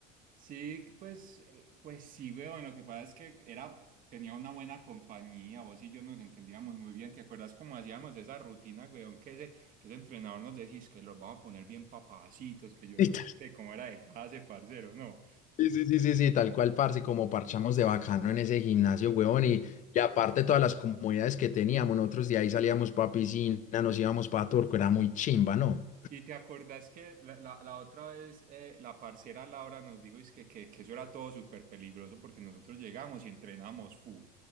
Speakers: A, on the right; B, on the left.
A: Sí, que pues, eh, pues sí, weón, lo que pasa es que era, tenía una buena compañía, vos y yo nos entendíamos muy bien, ¿te acuerdas cómo hacíamos esa rutina, weón? Que ese, que ese entrenador nos decís que los vamos a poner bien papacitos, que yo
B: Literal.
A: no sé qué, cómo era de casa, ese parcero, ¿no?
B: Sí, sí, sí, sí, sí, tal cual, parce, como parchamos de bacano en ese gimnasio, huevón,
A: Sí.
B: y, y aparte todas las comodidades que teníamos, nosotros de ahí salíamos para piscina, nos íbamos para Turco, era muy chimba, ¿no?
A: ¿Y te acordás que la, la- la otra vez eh, la parcera Laura nos dijo es que, que, que eso era todo súper peligroso porque nosotros llegamos y entrenamos full,